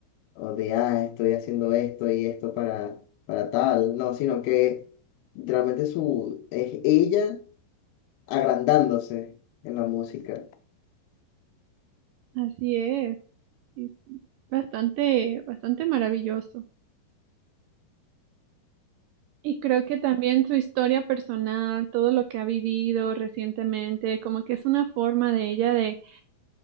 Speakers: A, on the left; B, on the right.
A: o de, ah, estoy haciendo esto y esto para, para tal, no, sino que realmente su, es ella agrandándose en la música.
B: Así es, es bastante, bastante maravilloso. Y creo que también su historia personal, todo lo que ha vivido recientemente, como que es una forma de ella de